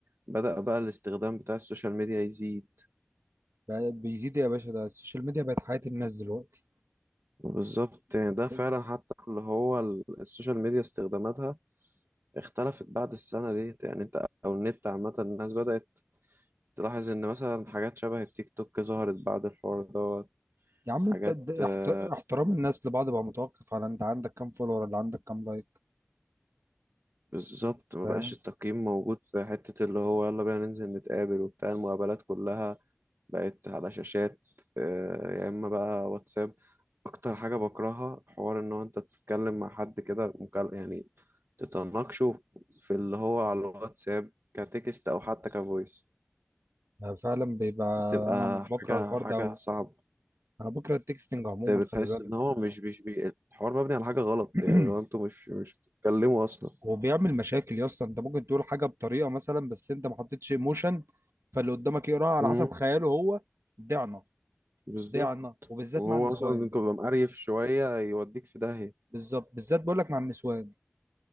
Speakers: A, on the right; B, on the right.
A: بدأ بقى الاستخدام بتاع السوشيال ميديا يزيد
B: بقى بيزيد يا باشا ده السوشيال ميديا بقت حياة الناس دلوقتي
A: بالظبط يعني
B: انت
A: ده فعلا حتى اللي هو ال- السوشيال ميديا استخداماتها اختلفت بعد السنة ديت يعني انت او النت عامة الناس بدأت تلاحظ ان مثلا حاجات شبه التيك توك ظهرت بعد الحوار دوت
B: يا عم
A: حاجات
B: انت د-
A: آه،
B: احت- احترام الناس لبعض بقى متوقف على انت عندك كام فولور ولا عندك كام لايك
A: بالظبط ما
B: فاهم
A: بقاش التقييم موجود في حتة اللي هو يلا بينا ننزل نتقابل وبتاع المقابلات كلها بقت على شاشات آه، يا اما بقى واتساب اكتر حاجه بكرهها حوار ان هو انت تتكلم مع حد كده مكال... يعني تتناقشه في اللي هو على الواتساب كتكست او حتى كفويس
B: أنا فعلا بيبقى
A: بتبقى
B: انا
A: حاجه
B: بكره الحوار
A: حاجه
B: ده
A: صعبه
B: انا بكره التكستنج
A: بت-
B: عموما
A: بتحس
B: خلي بالك
A: ان هو مش مش بي... الحوار مبني على حاجه غلط
B: <clears throat>
A: يعني لو انتوا مش مش بتتكلموا اصلا
B: وبيعمل مشاكل يا اسطى انت ممكن تقول حاجه بطريقه مثلا بس انت ما حطيتش ايموشن فاللي قدامك يقراها على
A: امم
B: حسب خياله هو ضعنا
A: بالظبط
B: ضعنا وبالذات
A: وهو
B: مع النسوان
A: اصلا انت بيبقى مقريف شويه يوديك في داهيه
B: بالظبط بالذات بقول لك مع النسوان